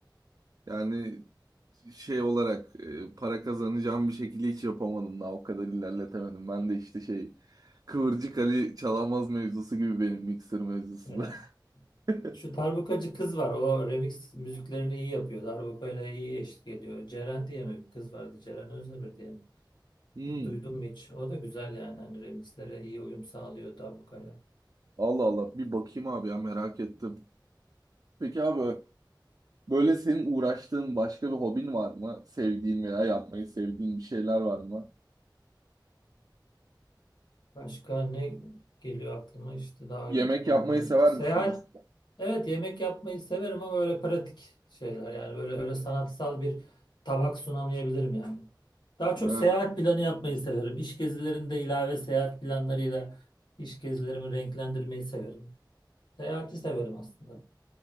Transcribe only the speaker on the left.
Yani
şu darbukacı kız var. O remix müziklerini iyi yapıyor. Darbukayla iyi eşlik ediyor. Ceren diye mi bir kız vardı? Ceren Özdemir diye mi?
Duydum mu hiç? O da güzel yani. Hani remixlere iyi uyum sağlıyor darbukayla.
Başka ne geliyor aklıma? İşte dağa
gittik,
ormana
gittik. Seyahat.
Evet yemek yapmayı severim ama öyle pratik şeyler. Yani böyle öyle sanatsal bir tabak sunamayabilirim yani. Daha çok
seyahat planı yapmayı severim. İş gezilerinde ilave seyahat planlarıyla iş gezilerimi renklendirmeyi severim. Seyahati severim aslında.